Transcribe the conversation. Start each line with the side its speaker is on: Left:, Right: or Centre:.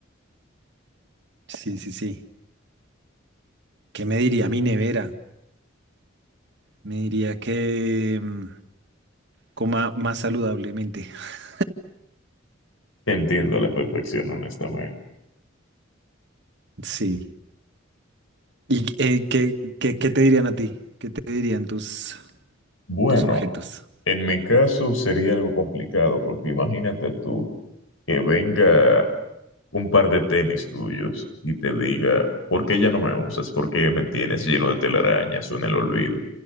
Right: Sí, sí, sí. ¿Qué me diría mi nevera? Me diría que mm, coma más saludablemente. <laughs>
Left: Te Entiendo a la perfección, honestamente.
Right: Sí. ¿Y eh, qué, qué- qué te dirían a ti? ¿Qué te dirían tus,
Left: Bueno,
Right: tus objetos?
Left: en mi caso sería algo complicado, porque imagínate tú que venga un par de tenis tuyos y te diga, ¿por qué ya no me usas? ¿Por qué me tienes lleno de telarañas o en el olvido?